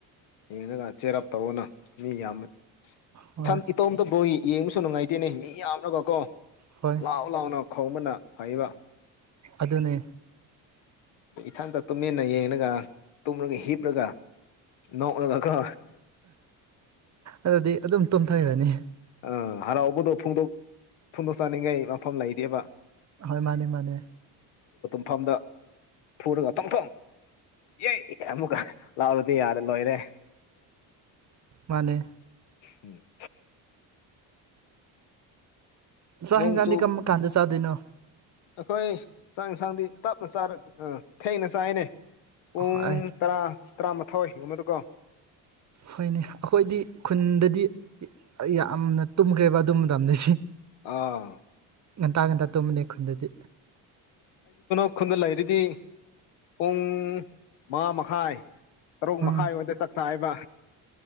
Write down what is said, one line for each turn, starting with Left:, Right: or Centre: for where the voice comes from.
Left: ꯌꯦꯅꯒ ꯆꯦꯔꯞ ꯇꯧꯧꯕꯅ ꯃꯤ ꯌꯥꯝꯕ
Right: ꯍꯣꯏ
Left: ꯏꯊ ꯏꯇꯣꯝꯇ ꯕꯣꯣꯏ ꯌꯦꯡꯕꯁꯨ ꯅꯨꯡꯉꯥꯏꯇꯦꯅꯦ ꯃꯤ ꯌꯥꯝꯅꯒꯣ ꯀꯣ
Right: ꯍꯣꯏ
Left: ꯂꯥꯛꯑꯣ ꯂꯥꯛꯑꯣ ꯂꯥꯛ ꯈꯧꯃꯅ ꯐꯕ
Right: ꯑꯗꯨꯅꯦ
Left: ꯏꯊꯟꯇ ꯇꯨꯃꯤꯟꯅ ꯌꯦꯡꯉꯒ ꯇꯨꯝꯂꯒ ꯍꯤꯞꯂꯒ ꯅ ꯎꯅ ꯀ
Right: ꯑꯗꯨꯗꯤ ꯑꯗꯨꯝ ꯇꯨꯝꯊꯩꯔꯅꯤ
Left: ꯑꯥ ꯍꯔꯥꯎꯕꯗꯣ ꯐꯣꯡꯗꯣꯛ ꯐꯣꯡꯗꯣꯛꯆꯅꯤꯡꯉꯥꯏ ꯃꯐꯝ ꯂꯩꯔꯤꯕ
Right: ꯍꯣꯏ ꯃꯥꯅꯦ ꯃꯥꯅꯦ
Left: ꯃꯐꯝꯗ ꯐꯨꯔꯒ ꯆꯪꯊꯣꯡ ꯑꯦ ꯑꯃꯨꯛꯀ ꯂꯥꯛꯔꯗꯤ ꯌꯥꯔꯦ ꯂꯣꯏꯔꯦ
Right: ꯃꯅꯦ
Left: ꯎꯝ
Right: ꯁꯍꯤꯖꯥꯟꯗꯤ
Left: ꯅꯣꯡꯆꯨ
Right: ꯀꯃ ꯈꯥꯟꯗ ꯆꯥꯗꯅꯣ
Left: ꯑꯩꯈꯣꯏ ꯆꯥꯛ ꯌꯦꯟꯁꯥꯡꯗꯤ ꯇꯞꯅ ꯆꯔ ꯑ ꯊꯦꯡꯅ ꯆꯥꯏꯅꯦ ꯄꯨꯡ
Right: ꯍꯣꯏ
Left: ꯇꯔꯥ ꯇꯔꯥꯃꯥꯊꯣꯏ ꯑꯃꯗꯨꯀꯣ
Right: ꯍꯣꯏꯅꯦ ꯑꯩꯈꯣꯏꯗꯤ ꯈꯨꯟꯗꯗꯤ ꯌꯥꯝꯅ ꯇꯨꯝꯈ꯭ꯔꯦꯕ ꯑꯗꯨ ꯃꯇꯝꯗꯁꯤ
Left: ꯑꯥ
Right: ꯉꯟꯇꯥ ꯉꯟꯇꯥ ꯇꯨꯝꯕꯅꯤ ꯈꯨꯟꯗꯗꯤ
Left: ꯎꯈꯨꯟꯗ ꯂꯩꯔꯤꯗꯤ ꯄꯨꯡ ꯃꯉꯥ ꯃꯈꯥꯏ ꯇꯔꯨꯛ
Right: ꯎꯝ
Left: ꯃꯈꯥꯏ ꯑꯣꯏꯗ ꯆꯥꯛꯆꯥꯥ ꯍꯥꯏꯕ